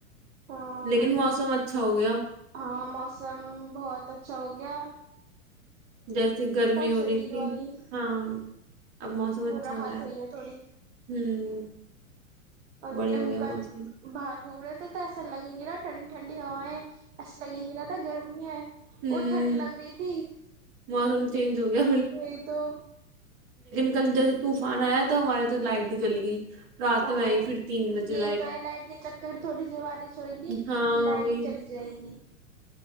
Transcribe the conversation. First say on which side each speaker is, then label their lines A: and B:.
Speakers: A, on the right (about 60°); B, on the right (about 40°).
A: ہاں
B: لیکن موسم اچھا ہو گیا
A: ہاں موسم بہت اچھا ہو یا
B: جیسے گرمی ہو
A: شدید
B: رہی تھی
A: والی
B: ہاں اب موسم اچھا
A: راحت
B: ہو رہا ہے
A: ہوئی تھوڑی
B: ہوں
A: اور
B: بڑھیا
A: ہم
B: ہو گیا موسم
A: کل باہر گھومنے تو اصل لگ گی نہ ٹھنی ٹھڈی ہایں ایسا لگیں گے نہ تھا گرمی ہے
B: ہوں
A: اور ٹھنڈ لگ رہی تھی
B: موسم چینج ہو گیا
A: وہی تو
B: ک جیسے طوفان آیا تو ہمارے تو لائٹ نہیں چلی گئی رات
A: او
B: میں آئی پھر تین بجے
A: یہی تو ہے لائٹ گ ا تھوڑی سی و ہو گی
B: ہاں
A: تو لائٹ
B: وہی
A: چل جائے گی